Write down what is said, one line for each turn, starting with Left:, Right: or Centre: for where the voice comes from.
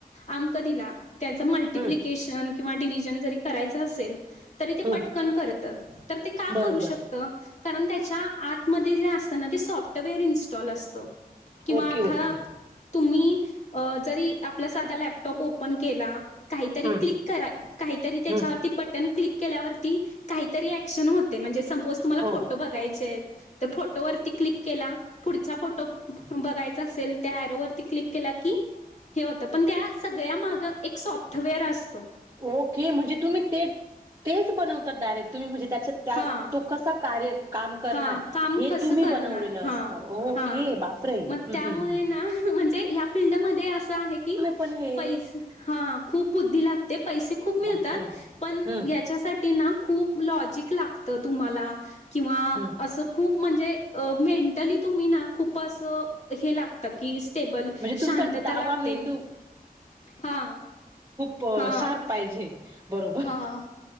Left: अंक दिला त्या मल्टिप्लिकेशन
Right: हम्म
Left: - किंवा डिव्हिजन जरी करायचं असेल. तरी ते
Right: हम्म
Left: पटकन करत तर ते का
Right: बरोबर
Left: करू शकत? कारण त्याच्या आतमध्ये जे अस. ते सॉफ्टवेअर इन्स्टॉल असत किंवा
Right: ओके
Left: आता
Right: ओके
Left: तुम्ही - अ जरी आपला साधा लॅपटॉप ओपन केला आ काहीतरी
Right: हम्म
Left: क्लिक करा. काहीतरी त्याच्यावरती
Right: हम्म
Left: बटन क्लिक - केल्यावरती काहीतरी ॲक्शन होते म्हणजे सपोज तुम्हाला
Right: हो
Left: फोटो बघायचे फोटोवर - क्लिक केला पुढचा फोटो बघायचा असेल त्या ॲरो वरती क्लिक केला की, हे होतं पण त्या सगळ्यामाग एक सॉफ्टवेअर असतं.
Right: ओके म्हणजे तुम्ही ते, तेच बनवतात. डायरेक्ट तुम्ही म्हणजे त्याच्यात
Left: हां
Right: तो कसा कार्य - काम करणार
Left: हा काम
Right: हे
Left: कसं
Right: तुम्ही
Left: करणार
Right: बनवलेलं
Left: हा
Right: असत ओके
Left: हा
Right: बापरे
Left: मग
Right: मं!
Left: त्यामुळे ना म्हणजे या फिल्डमध्ये अस आहे की
Right: पण हे
Left: पै हा खूप बुद्धी लागते पैसे खूप मिळतात
Right: बापरे
Left: पण
Right: हम्म
Left: याच्यासाठी ना खूप लाजिक लागते तुमला किं
Right: हम्म
Left: अस खूप खूप म्हणजे मेंटली तुम्ही ना खूप असं हे लागतं की स्टेबल
Right: म्हणजे तुमचा
Left: शांतता
Right: डावा
Left: लागते
Right: मेंदू
Left: हा
Right: प
Left: हा
Right: सार पाहिजे बरोबर
Left: हा